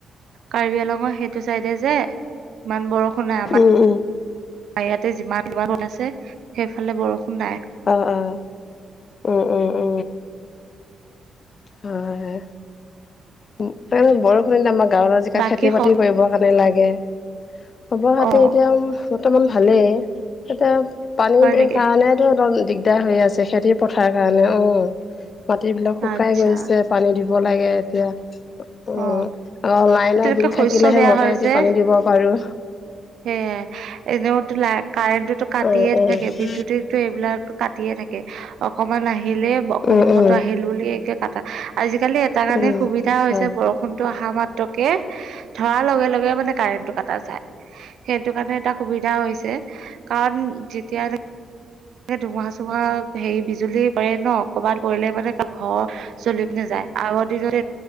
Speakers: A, on the right; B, on the left.
A: কাৰ্বিআলঙৰ সেইটো চাইডে যে ইমান বৰষুণ নাই। আমাৰ-
B: অঁ, অঁ।
A: ইয়াতে যিমান যিমান ৰ আছে, সেইফালে বৰষুণ নাই।
B: অঁ, অঁ, উম, উম, উম। হয়, হয়, উম। কাৰণ বৰষুণ আমাৰ গাঁৱৰ জিকা
A: বাকী
B: খেতি বাতি
A: স
B: কৰিবৰ কাৰণে লাগে। খবৰ খাতি
A: অ
B: এতিয়া বৰ্তমান ভালেই, এতিয়া পানীৰ
A: হয় নেকি
B: কাৰণেটো <unintelligible> দাৰ হৈ আছে খেতি পথাৰ কাৰণে। অ মাটিবিলাক শুকাই
A: আচ্ছা
B: গৈছে পানী দিব লাগে এতিয়া। উম
A: অ
B: অ লাইন
A: তেনেকে
B: বিল
A: শস্য
B: থাকিলেহে
A: বেয়া
B: মটৰেদি
A: হয় যে
B: পানী দিব পাৰো।
A: সেয়ে এনেওতো ল কাৰেণ্টটোতো কাটিয়ে
B: দিগদাৰ হয়
A: থাকে। বিদ্যুতেই এইবিলাক কাটিয়ে থাকে। অকমান আহিলে অকম
B: উম উম
A: বত আহিল বুলি কটা আজিকালি তাৰ কাৰণে
B: উম
A: সুবিধা হৈছে
B: হয়
A: বৰষুণটো অহা মাত্ৰকে ধৰাৰ লগে লগে মানে কাৰেণ্ট কাটা যায়। সেইটো কাৰণে এটা সুবিধা হৈছে কাৰণ যেতিয়া ধুমুহাৰ চুমুহা হেৰি বি- জুলি পৰে ন? ক'ৰবাত পৰিলে মানে ত ঘৰ জলি নাযায়। আগৰ দিনত